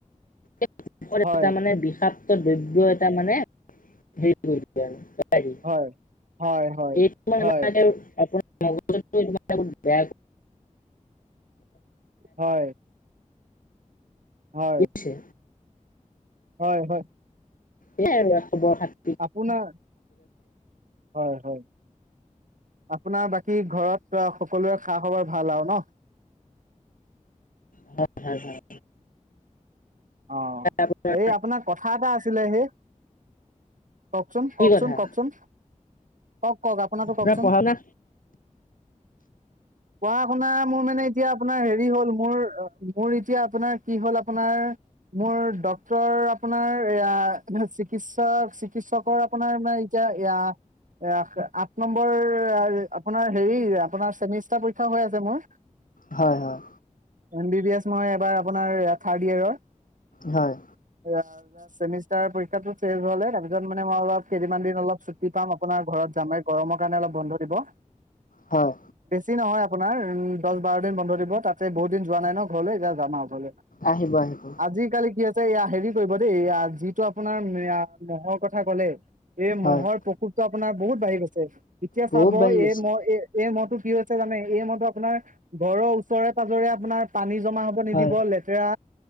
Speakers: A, on the left; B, on the right.
A: এ
B: হয়
A: মানে বিষাদ দ্ৰব্য এটা মানে হেৰি কৰিছে আৰু
B: হয় হয়
A: এইটো মানে
B: হয়
A: আপোনাৰ মগজে বেয়া
B: হয় হয়
A: বুজিছে
B: হয় হয়
A: স আৰু খবৰ খাতি
B: আপোনাৰ হয় হয় আপোনাৰ বাকী ঘৰত সকলোৱে খা খাবৰ ভাল আৰু ন
A: হয় হয় হয়
B: অ',
A: আপোনাৰ
B: এই আপোনাক কথা এটা আছিলে সেই কওঁকচোন,
A: কি
B: কওঁকচোন,
A: কথা
B: কওঁ‌কচোন কঁওক কঁওক আপোন তো
A: আপোনাৰ
B: কওঁকচোন
A: পঢ়া শুনা
B: পঢ়া শুনা মোৰ মানে এতিয়া আপোনাৰ হেৰি হ'ল মোৰ মোৰ এতিয়া আপোনাৰ কি হ'ল আপোনাৰ মোৰ ডক্তৰ আপোনাৰ এয়া চিকিৎসক কৃষকৰ আপোনাৰ মে এতিয়া এ এ আঠ নম্বৰ আপোনাৰ হেৰি আপোনাৰ চেমিষ্টাৰ পৰীক্ষা হৈ আছে মোৰ
A: হয় হয়
B: এম বি বি এছ মই এবাৰ আপোনাৰ থাৰ্ড ইয়েৰ
A: হয়
B: অ', চেমিষ্টাৰ পৰীক্ষাটো চ হ'লে তাৰপিত মানে মই অলপ কেইদিনমান দিন অল চুটি পাম আপোনাৰ ঘৰত যামে গৰমৰ কাৰণে অলপ বন্ধ দিব।
A: হয়।
B: বেছি নহয় আপোনাৰ উ দহ বাৰ দিন বন্ধ দিব তাতে বহুত দিন যোৱা নাই ন ঘৰলৈ এতিয়া যাম আৰুৰলৈ
A: আহিব আহিব।
B: আজিকালি কি আছে এয়া হেৰি কৰিব দেই যিটো আপোনাৰ মহৰ কথা ক'লে। এই
A: হয়
B: মহৰ প্ৰকোপটো আপোনাৰ বহুত বাঢ়ি গৈছে এতিয়া
A: বহুত
B: চাব
A: বাঢ়ি গৈছে
B: এই মহ এ। এই মহতটো কি হৈছে জানে এই মহটো আপোনাৰ ঘৰৰ ওচৰে পাজৰে আপোনাৰ পানী। জমা হ'ব নিদিব
A: হয়
B: লেতেৰা